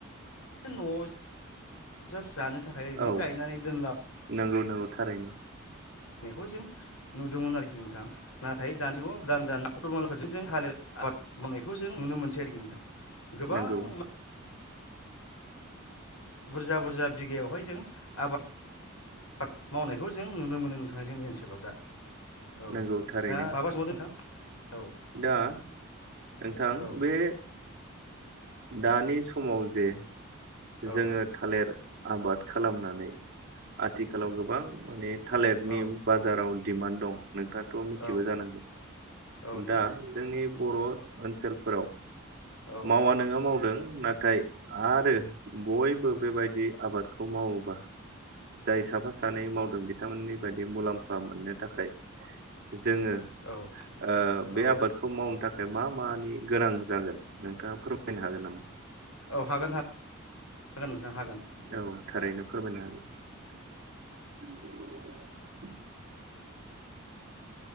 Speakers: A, on the left (about 85°); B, on the right (about 50°).
A: न'आव जास्त जानो थाखाय ओरैनो
B: औ
A: गायनानै दोनला
B: नंगौ नंगौ थारैनो
A: नायखौ जों नुदोंमोन आरोखि नोंथां नाथाय दानिसिमाव दान फोरजों जों थालिर आबाद मावनायखौ जों नुनो मोनसै आरोखि नोंथां गोबां
B: नंगौ
A: मान बुरजा बुरजा बिगायावहाय जों आबाद आबाद मावनायखौ जों नुनो मोनो नोंथाङा जोंनि ओनसोलाव दा औ
B: नंगौ थारैनो
A: दा माबा सोंबावनो नोंथां औ
B: दा नोंथां
A: औ
B: बे दानि समाव जे
A: औ
B: जोङो थालिर आबाद खालामनानै आथिखालाव गोबां माने थालिरनि
A: औ
B: बाजाराव दिडिमान्ड दं नोंथाङाथ' मिथिगौ
A: औ
B: जानांगौ <inaudible>
A: औ नंगौ
B: दा जोंनि बर' ओनसोलफोराव
A: औ
B: मावा नोङा मावदों नाथाय नाथाय आरो बयबो बेबायदि आबादखौ मावोबा जाय साफा सानै मावदों बिथांमोननि बायदि मुलाम्फा मोननो थाखाय जोङो
A: औ
B: ओ बे
A: औ
B: आबादखौ मावनो थाखाय मा मानि गोनां जागोन नोंथाङा फोरमायनो हागोन नामा? <inaudible>
A: औ हागोन हागोन नोंथां हागोन
B: औ थारैनो फोरमायनो हागोन